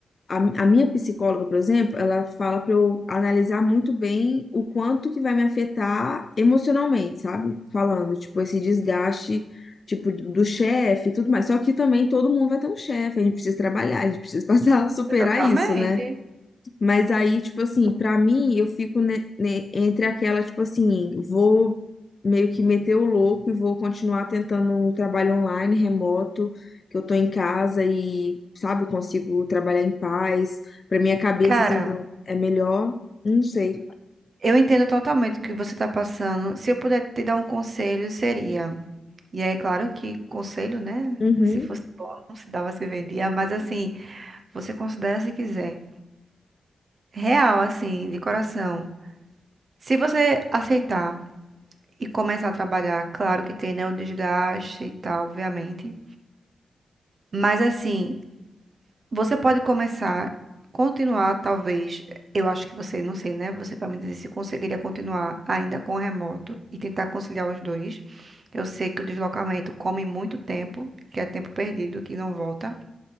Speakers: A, on the left; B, on the right.
A: a, a minha psicóloga, por exemplo, ela fala pra eu analisar muito bem o quanto que vai me afetar emocionalmente, sabe? Falando, tipo, esse desgaste, tipo, do chefe e tudo mais. Só que também todo mundo vai ter um chefe, a gente precisa trabalhar, a gente precisa <laughs> passar, superar
B: Totalmente.
A: isso, né? Mas aí, tipo assim, pra mim, eu fico ne- ne- entre aquela, tipo assim, vou meio que meter o louco e vou continuar tentando um trabalho online, remoto, que eu tô em casa e, sabe, eu consigo trabalhar em paz. Pra minha cabeça,
B: Cara,
A: assim, tá- é melhor. Não sei.
B: eu entendo totalmente o que você tá passando. Se eu puder te dar um conselho, seria. E aí, claro que conselho, né?
A: Uhum,
B: Se fosse bom, não se dava, se vendia. Mas assim, você considera se quiser. Real, assim, de coração. Se você aceitar e começar a trabalhar, claro que tem, né, o desgaste e tal, obviamente. Mas assim, você pode começar, continuar, talvez. Eu acho que você, não sei, né? Você para me dizer se conseguiria continuar ainda com o remoto e tentar conciliar os dois. Eu sei que o deslocamento come muito tempo, que é tempo perdido, que não volta.